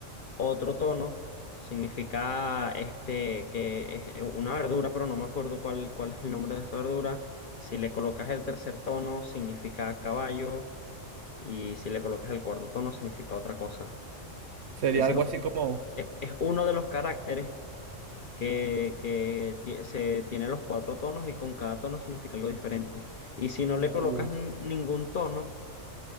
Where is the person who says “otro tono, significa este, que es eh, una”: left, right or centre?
Left